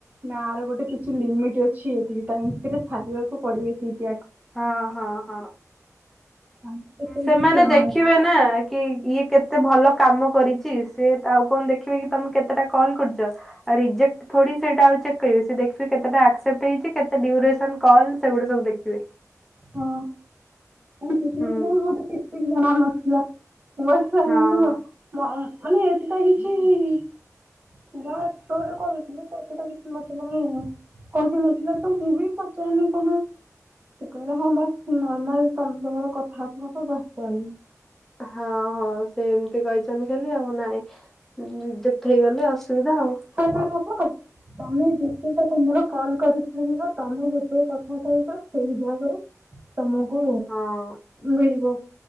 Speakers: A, on the right; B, in the centre.
A: ନା ଆର ଗୋଟେ କିଛି ଲିମିଟ୍ ଅଛି। ଏତିକି ଟାଇମ ଭିତରେ ସାରିବାକୁ ପଡ଼େ ଟାସ୍କ
B: ହଁ ହଁ ହଁ।
A: ଆମେ ତ ସେଇ
B: ସେମାନେ
A: କିଛି ଜାଣିନଥିଲୁ
B: ଦେଖିବେ ନା। କି, ଇଏ କେତେ ଭଲ କାମ କରିଛି। ସେଏ ଆଉ କଣ ଦେଖିବେ କି ତମେ କେତେଟା କଲ୍ କରୁଛ? ରିଜେକ୍ଟ ଥୋଡ଼ି ସେଟା ଆ ଚେକ୍ କରିବେ? ସେ ଦେଖିବେ କେତେଟା ଆସେପ୍ଟ ହୋଇଛି, କେତେ ଡ୍ୟୁରେକ୍ସନ କଲ ସେଗୁଡ଼ା ସେ ଦେଖିବେ।
A: ହଁ, କି
B: ହୁଁ
A: ମତେ କି ଜଣ ନଥିଲା। ମାନେ ଏମିତି
B: ହଁ।
A: ନୁହଁ ମାନେ ଏଟା କିଛି <unintelligible> ଯାୋରେ କହୁଥିଲଥିଲେ <unintelligible> ଏତ ତ କିଛି ମତେ ମାନେ କହିନଥିଲା। ତ ମୁଁ ବି ପଚେଇନି କଣ? କହିଲେ ହଁ ବାସି ନର୍ମାଲ ତମେ ତମର କଥାବାର୍ତ୍ତା ଦସ ମିନିଟ୍।
B: ହଁ ହଉ ସେ ଏମତି କହିଛନ୍ତି ଖାଲି ନାଇଁ, ରିଯେକ୍ଟ ହେଇଗଲେ ଆଉ ପିଇବା ଆଉ।
A: ହବ ହବ। ତମେ ଯେତେଟା ତମର କଲ କରିପାରିବ ତମେ ଯେତେ କଥା କହିବ ସେଇ ହି ଭାବରେ।
B: <inaudible>
A: ତମକୁ
B: ହଁ।
A: ମିଳିବ